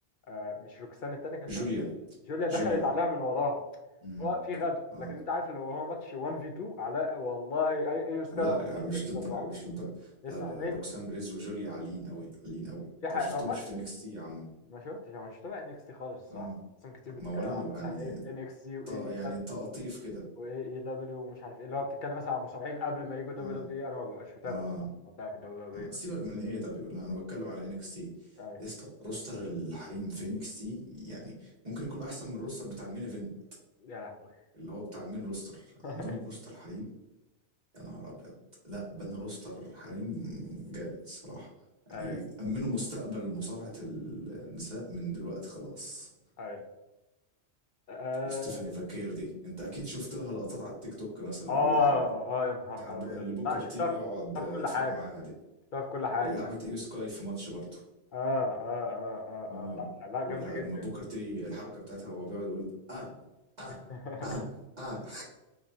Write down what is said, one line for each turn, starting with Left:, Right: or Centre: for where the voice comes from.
Left: آه مش روكسان التانيه كان اسمها
Right: جوليا
Left: جوليا دخلت
Right: جوليا
Left: عليها من وراها
Right: امم
Left: هو في غدر
Right: اه
Left: لكن انت عارف لو هو ماتش 1 في 2 علاء والله اي اي سكاي
Right: لا يا عم مش
Left: تكسب
Right: للدرجه
Left: لوحده
Right: مش للدرجه
Left: اسمع
Right: لا لا,
Left: مني
Right: لا. روكسان بريز وجوليا عاليين قوي عاليين قوي
Left: دي
Right: انت
Left: حقيقه
Right: ما شفتهمش
Left: هو ما
Right: في انكس تي يا عم
Left: ما شفتش انا مش متابع ان اكس تي خالص الصراحه
Right: اه
Left: اصلا كتير بتتكلم
Right: ما ولا
Left: عن
Right: انا بقى
Left: مثلا
Right: يعني
Left: ايه ان اكس تي واي
Right: ط... يعني
Left: اي
Right: تقاطيف كده
Left: واي اي دبليو ومش عارف ايه اللي هو بتتكلم مثلا عن مصارعين قبل ما يجوا دبليو
Right: اه
Left: دبليو اي. انا ما ببقاش متابع
Right: اه
Left: الصراحه ما بتابع في دبليو دبليو
Right: اه
Left: اي
Right: سيبك
Left: بس
Right: من ايه دبليو لا انا بتكلم على انكس تي
Left: ايوه
Right: يا اسطى روستر الحريم في انكس تي يعني ممكن يكون احسن من الروستر بتاع المين ايفنت
Left: يا لهوي
Right: اللي هو بتاع المين روستر
Left: <laughs>
Right: عندهم روستر حريم يا نهار ابيض لا بنى روستر حريم جامد الصراحه يعني
Left: ايوه
Right: امنوا مستقبل مصارعه النساء من دلوقتي خلاص
Left: ايوه اه
Right: وستيفاني فاكير دي انت اكيد شفت لها لقطات على التيك توك مثلا
Left: اه
Right: ولا حاجه
Left: آه، يا نهار
Right: بتاعت بو-
Left: ابيض
Right: اللي بوكر
Left: لا شفتها
Right: تي في
Left: في-
Right: يقعد
Left: شفتها
Right: يتفاعل
Left: في كل حاجه
Right: معاها دي
Left: شفتها في كل حاجه
Right: اللي لعبت ايو سكاي في ماتش برضه
Left: اه اه اه اه,
Right: اه
Left: آه. لا لا جامده
Right: ولما
Left: جدا
Right: بوكر تي الحركه بتاعتها وهو بيقعد يقول اه اه
Left: <laughs>
Right: اه اه